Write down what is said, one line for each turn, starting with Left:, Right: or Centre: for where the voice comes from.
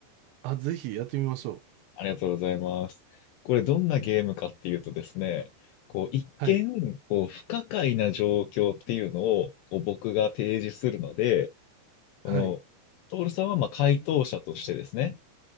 Right: あ、ぜひやってみましょう。
Left: ありがとうございます。これどんなゲームかっていうとですね、こう一見こう不可解な状況っていうのをこう僕が提示するので、
Right: はい。
Left: このトールさんはまあ回答者としてですね、
Right: はい。